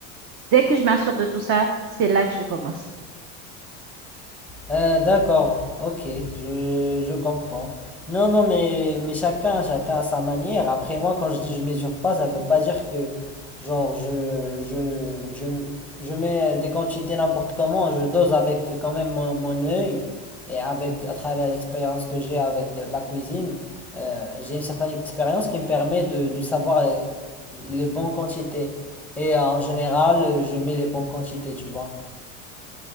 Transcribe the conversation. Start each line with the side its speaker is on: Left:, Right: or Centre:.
Right: Dès que je m'assure de tout ça, c'est là que je commence.
Centre: Euh, d'accord, ok, je, je comprends. Non, non, mais, mais chacun, chacun à sa manière. Après, moi, quand je dis je mesure pas, ça veut pas dire que, genre, je, je, je, je mets des quantités n'importe comment, je dose avec quand même mon, mon œil et avec, à travers l'expérience que j'ai avec la cuisine, euh, j'ai une certaine expérience qui me permet de, de savoir les, les bonnes quantités. Et euh, en général, euh, je mets les bonnes quantités, tu vois.